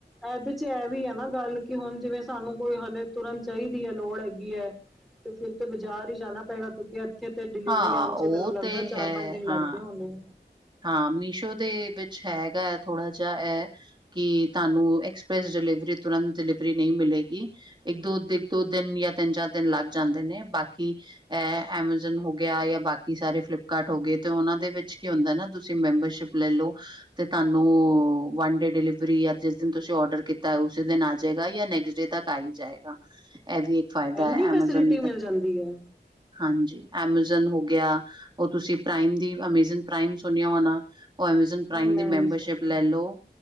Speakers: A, in the centre; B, on the right.
A: ਇਹਦੇ 'ਚ ਇਹ ਵੀ ਹੈ ਨਾ, ਗੱਲ ਕਿ ਹੁਣ ਜਿਵੇਂ ਸਾਨੂੰ ਕੋਈ ਹਲੇ। ਤੁਰੰਤ ਚਾਹੀਦੀ ਹੈ ਲੋੜ ਹੈਗੀ ਹੈ, ਤੇ ਫਿਰ ਤੇ ਬਾਜ਼ਾਰ ਹੀ ਜਾਣਾ ਪਏਗਾ ਕਿਉਂਕਿ? ਇੱਥੇ ਤੇ ਡਿਲੀਵਰੀ
B: ਹਾਂ
A: ਆਉਣ 'ਚ
B: ਉਹ
A: ਮੈਨੂੰ ਲੱਗਦਾ
B: ਤੇ
A: ਚਾਰ,
B: ਹੈ
A: ਪੰਜ ਦਿਨ
B: ਹਾਂ
A: ਲੱਗਦੇ ਹੋਣੇ।
B: ਹਾਂ ਮੀਸ਼ੋ ਦੇ ਵਿੱਚ ਹੈਗਾ ਹੈ ਥੋੜਾ ਜਿਹਾ ਇਹ ਕਿ ਤੁਹਾਨੂੰ ਐਕਸਪ੍ਰੈਸ ਡਿਲੀਵਰੀ ਤੁਰੰਤ ਡਿਲੀਵਰੀ ਨਹੀਂ ਮਿਲੇਗੀ, ਇੱਕ ਦੋ, ਦੋ ਦਿਨ ਜਾਂ ਤਿੰਨ -ਚਾਰ ਦਿਨ ਲੱਗ ਜਾਂਦੇ ਨੇ। ਬਾਕੀ ਇਹ ਐਮਾਜੋਨ ਹੋ ਗਿਆ ਜਾਂ ਬਾਕੀ ਸਾਰੇ ਫਲਿਪਕਾਰਟ ਹੋ ਗਏ ਤੇ ਉਹਨਾਂ ਦੇ ਵਿੱਚ ਕੀ ਹੁੰਦਾ ਨਾ? ਤੁਸੀਂ ਮੈਂਬਰਸ਼ਿਪ ਲੈ ਲਉ ਤੇ ਤੁਹਾਨੂੰ ਵਨ ਡੇ ਡਿਲੀਵਰੀ ਜਿਸ ਦਿਨ ਤੁਸੀਂ ਔਡਰ ਕੀਤਾ। ਉਸੇ ਦਿਨ ਆ ਜਾਏਗਾ, ਜਾਂ ਨੈਕਸਟ ਡੇ ਤੱਕ ਆ ਹੀ ਜਾਏਗਾ। ਇਹ ਵੀ ਇੱਕ ਫਾਇਦਾ
A: ਇੰਨੀ
B: ਹੈ,
A: ਫੈਸਿਲਿਟੀ
B: ਐਮਾਜ਼ਨ ਦਾ
A: ਮਿਲ ਜਾਂਦੀ ਹੈ
B: ਹਾਂਜੀ ਐਮਾਜ਼ੋਨ ਹੋ। ਗਿਆ ਉਹ ਤੁਸੀਂ ਪ੍ਰਾਈਮ ਦੀ, ਅਮੇਜ਼ਨ ਪ੍ਰਾਈਮ ਸੁਣਿਆ ਹੋਨਾ। ਉਹ, ਐਮਾਜ਼ੋਨ ਪ੍ਰਾਈਮ
A: ਨਹੀਂ ਮੈਂ
B: ਦੀ
A: ਨਹੀਂ
B: ਮੈਂਬਰਸ਼ਿਪ
A: ਸੁਣਿਆ
B: ਲੈਲੋ।